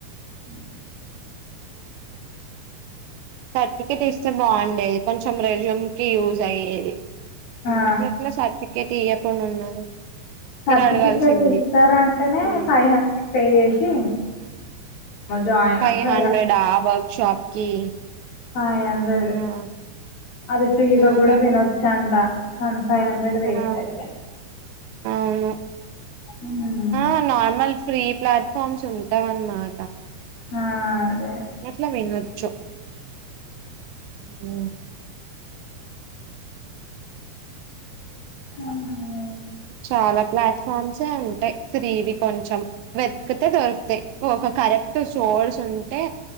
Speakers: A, on the left (about 55°); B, on the right (about 80°).
A: ఉ
B: సర్టిఫికెట్ ఇస్తే బాగుండేది కొంచెం రెజ్యూమ్ కి యూజ్ అయ్యేది ఉ
A: ఆ
B: అట్లా అట్లా సర్టిఫికేట్ ఇయకుండా ఉన్నారు
A: సర్టిఫికెట్
B: మీరు అడగాల్సింది.
A: ఇస్తారంటేనే
B: హ్మ్.
A: ఫైవ్ హండ్రెడ్ పే చేసి జాయిన్
B: ఫైవ్
A: లేదా
B: హండ్రెడ్ ఆ వర్క్ షాప్ కి
A: ఫయ్ హండ్రెడ్
B: అవునా
A: అది ఫ్రీగా
B: ఉహు
A: కూడా వినొచ్చ అంట కానీ ఫైవ్ హండ్రెడ్ వేస్ట్
B: అవును
A: అయిపాయే
B: అవును
A: ఉ
B: ఆ నార్మల్ ఫ్రీ ప్లాట్ఫామ్స్ ఉంటావు అన్నమాట
A: ఆ అదే
B: అట్లా వినొచ్చు ఉ హు
A: అవునా
B: చాలా ప్లాట్ఫామ్సే ఉంటాయి ఫ్రీవి కొంచెం వెతుకితే దొరుకుతాయి ఒక కరెక్ట్ సోడ్స్ ఉంటే